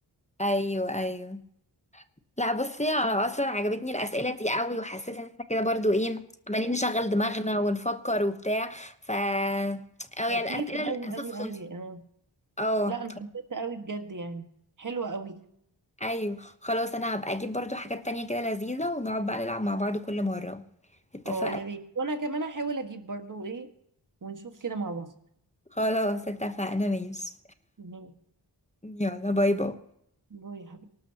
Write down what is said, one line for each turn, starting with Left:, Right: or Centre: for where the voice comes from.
Left: ايوه ايوه لا بصي انا اصلا عجبتني الاسئله دي قوي وحسيت ان احنا كده برضو ايه عمالين نشغل دماغنا ونفكر وبتاع ف او
Right: لطيفة
Left: يعني الاسئله للاسف
Right: قوي قوي
Left: خلصت
Right: قوي اه
Left: اه
Right: لا انا حبيتها قوي بجد يعني حلوة قوي
Left: ايوه خلاص انا هبقى اجيب برضو حاجات تانية كده لذيذه ونقعد بقى نلعب مع بعض كل مره اتفقنا
Right: اه يا ريت وانا كمان هحاول اجيب برضو ايه ونشوف كده مع بعض
Left: خلاص اتفقنا ماشي
Right: تمام
Left: يلا باي باي
Right: باي يا حبيبي